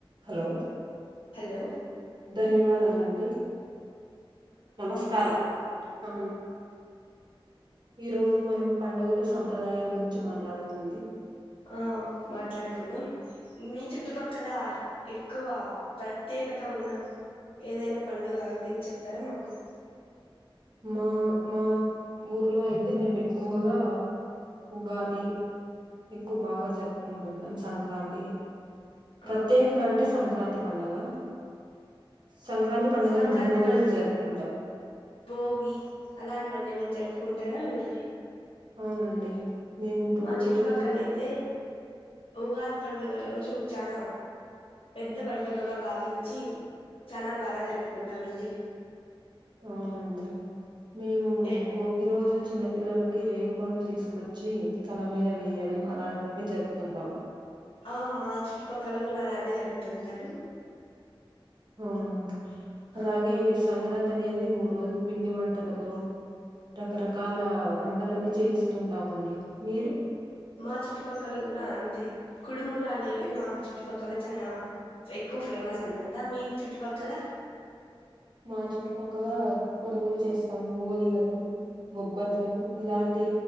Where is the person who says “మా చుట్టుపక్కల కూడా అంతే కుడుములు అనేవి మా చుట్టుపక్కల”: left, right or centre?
Left